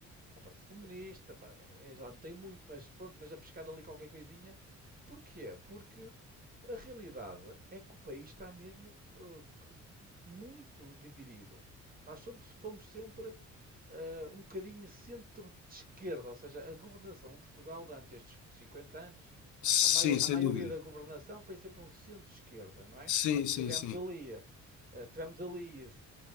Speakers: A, on the right; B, on the left.
A: Ao Partido Comunista, eh, já não tem muito, mas pronto, mas a pescar ali qualquer coisinha. Porquê? Porque. A realidade é que o país está mesmo eh, muito dividido. Nós somos, fomos sempre eh, um bocadinho centro de esquerda, ou seja, a governação em Portugal durante estes 50 anos,
B: Sim,
A: a, mai- a
B: sem
A: maioria
B: dúvida.
A: da governação foi sempre um centro-esquerda, não é?
B: Sim, sim,
A: Tivemos
B: sim.
A: ali, eh, tivemos ali eh,